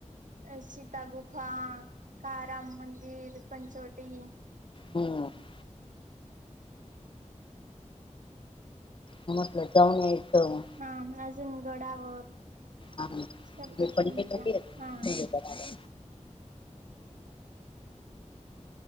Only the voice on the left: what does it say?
हम्म म म्हटलं जाऊन यायचं.
हा मी पण केलेली
आहे